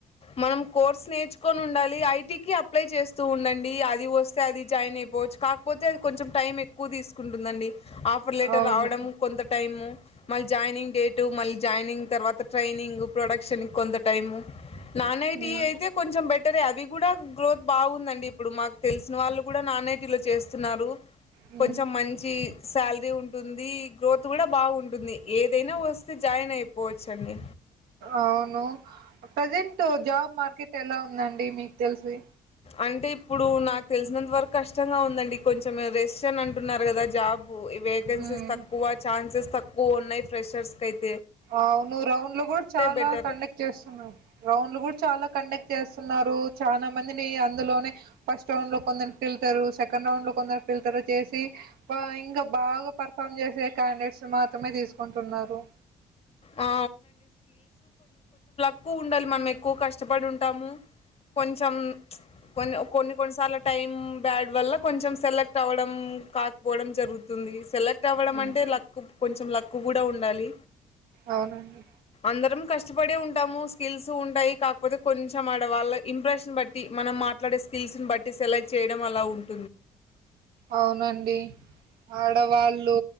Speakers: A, on the left (about 35°); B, on the right (about 65°).
A: మనం కోర్స్ నేర్చుకొని ఉండాలి ఐటీకి అప్లై చేస్తూ ఉండండి అది వస్తే అది జాయిన్ అయిపోవచ్చు కాకపోతే అది కొంచెం టైం ఎక్కువ తీసుకుంటుందండి ఆఫర్ లెటర్
B: అవును
A: రావడం కొంత టైము మళ్ళీ జాయినింగ్ డేటు మళ్ళీ జాయినింగ్ తర్వాత ట్రైనింగ్ ప్రొడక్షన్ కి కొంత టైము నాన్ ఐటీ
B: మ్మ్
A: అయితే కొంచెం బెటరే అవి కూడా గ్రోత్ బావుందండి ఇప్పుడు మాకు తెలిసిన వాళ్ళు నాన్ ఐటీ లో చేస్తున్నారు
B: హ్మ్.
A: కొంచెం మంచీ శాలరీ ఉంటుంది గ్రోత్ కూడా బావుంటుంది ఏదైనా వస్తే జాయిన్ అయిపోవచ్చ అండి
B: అవును ప్రజెంట్ జాబ్ మార్కెట్ ఎలా ఉందండి మీకు తెలిసి
A: అంటే ఇప్పుడు నాకు తెలిసినంత వరకు కష్టంగా ఉందండి కొంచెం రెస్ షన్ అంటే న్నారు కదా జాబ్ు వేకెన్సీస్
B: హ్మ్.
A: తక్కువ ఛాన్సెస్ తక్కువ ఉన్నాయి ఫ్రెషర్స్ క అయి
B: అవును రౌండ్ లు కూడా చాలా
A: బెటర్.
B: కండక్ట్ చేస్తున్నా రౌండ్ లు కూడా చాలా కండక్ట్ చేస్తున్నారు చాలా మందిని అందులోనే ఫస్ట్ రౌండ్ లో కొందరిని ఫిల్టరు సెకెం రౌండ్ లో కొందరు ఫిల్టర్ చేసి ఆ... ఇంకా బాగా పెర్ఫామ్ చేసే క్యాండేట్స్ మాత్రమే తీసుకుంటున్నారు
A: ఆ! ఎక్కువ ఉండాలి మనం ఎక్కువ కష్టపడి ఉంటాము కొంచెం కొన్ని కొన్ని కొన్నిసార్ టైం బ్యాడ్ వల్ల కొంచెం సెలెక్ట్ అవ్వడం కాకపోవడం జరుగుతుంది సెలెక్ట్ అవ్వడం
B: హ్మ్.
A: అంటే లక్ కొంచెం లక్ కూడా ఉండాలి
B: అవునండి
A: అందరం కష్టపడే ఉంటాము స్కిల్స్ ఉంటాయి కాకపోతే కొంచెం ఆడ వాళ్ళ ఇంప్రెషన్ బట్టి మనం మా మాట్లాడే స్కిల్స్ బట్టి సెలక్ట్ చేయడం అలా ఉంటు
B: అవునండి ఆడవాళ్ళు